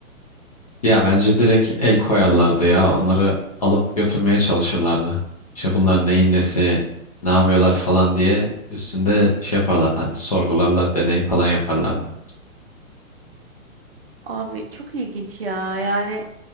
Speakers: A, on the left; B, on the right.
A: Ya bence direkt el koyarlardı ya. Onları alıp götürmeye çalışırlardı. İşte bunlar neyin nesi, ne yapıyorlar falan diye üstünde şey yaparlardı. Hani sorgularla deney falan yaparlardı.
B: Abi çok ilginç ya. Yani